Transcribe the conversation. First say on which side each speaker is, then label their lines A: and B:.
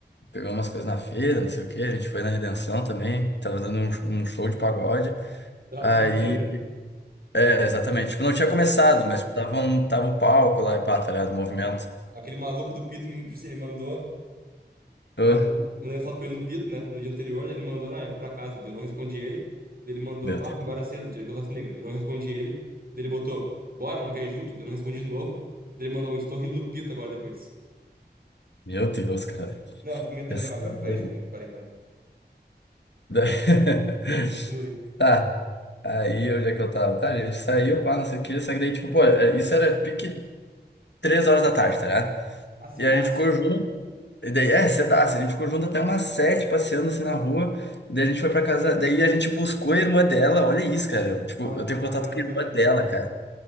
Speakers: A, on the left (about 80°); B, on the right (about 55°).
A: pegamos umas coisas na feira, não sei o quê, a gente foi na Redenção também, tava dando um, um show de pagode.
B: Da,
A: Aí
B: do Rafa Negra?
A: é, exatamente. Tipo,
B: Me
A: não tinha
B: chama.
A: começado, mas tipo, tava, um, tava o palco lá e pá, tá ligado? O movimento.
B: Aque- Aquele maluco do Pito, tipo assim, ele mandou.
A: Ah,
B: Mandei mandei foto pra ele no Pito, né? No dia anterior, ele mandou, ah, eu fui pra casa. Daí eu não respondi ele. Daí ele mandou,
A: meu
B: bah,
A: Deus.
B: fui embora cedo, tinha churrasco negro. Eu não respondi ele. Daí ele botou, bora, não quer ir junto? Daí eu não respondi de novo. Daí ele mandou um, estou indo no Pito agora depois.
A: Meu Deus, cara. Que
B: Não, eu tô com medo dele
A: pensador.
B: real agora. Parei de falar com ele, parei, parei.
A: Da- <laughs>
B: Continue.
A: Tá, aí onde é que eu tava? Tá, a gente saiu, pá, não sei o que, só que daí, tipo, pô, é, isso era pique três horas da tarde, tá ligado?
B: Ah, cedaço.
A: E a gente ficou junto, e daí, é, cedaço, a gente ficou junto até umas sete, passeando assim na rua, e daí a gente foi pra casa, daí a gente buscou a irmã dela, olha isso, cara, eu, tipo,
B: É uma,
A: eu tenho
B: é
A: contato
B: uma dela,
A: com
B: tem
A: a irmã
B: quantos anos?
A: dela, cara.